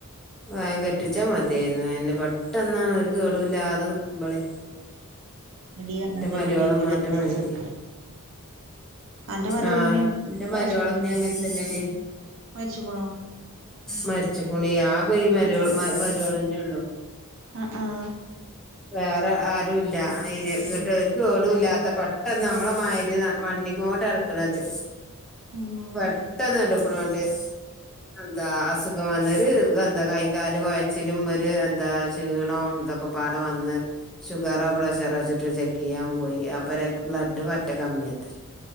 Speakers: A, in the centre; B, on the right.
A: വേഗം കെട്ടിച്ചാ മതിയായിരുന്നു എന്നെ പെട്ടെന്നാണ് ഒരു കേടൂല്ലാതെ നക്കുമ്പളെ
B: എടീ അങ്ങൻതന്നെടീ
A: എന്റെ മര്വോള
B: ഇബടെ
A: ഇമ്മാന്റെ
B: ഇബടൊരു
A: മാത്രിയ
B: ചെറുക്കന് അന്റെ മരോളമ്മീം
A: ആഹ് എന്റെ
B: മരിച്ച്ക്ക്ണോ
A: മരുവാളമ്മി അങ്ങനെ തന്നെടി
B: മരിച്ച്ക്ക്ണോ
A: മരിച്ച പുനിയ പോ മരോ മരോളന്നെ ഉള്ളു
B: ആഹ് ആഹ്
A: വേറെ ആരു ഇല്ല അയ്ന് ഒരു കേടുല്ലാത്ത പെട്ടെന്ന് നമ്മളെ മാരി മണ്ടിങ്ങോണ്ട് നടക്കണത്
B: ഉം
A: പെട്ടെന്ന് എടുക്കണോണ്ട് എന്താ അസുഖം വന്നരു എന്താ കൈക്കാല് കുഴച്ചിലും ഒരു എന്താ ഷീണോം ഇതൊക്കെ പാട വന്ന് ഷുഗറോ പ്ലെഷർ വെച്ചിട്ട് ചെയ്യാൻ പോയി അപ്പ രക് ബ്ലഡ് പറ്റ കമ്മിയാത്ര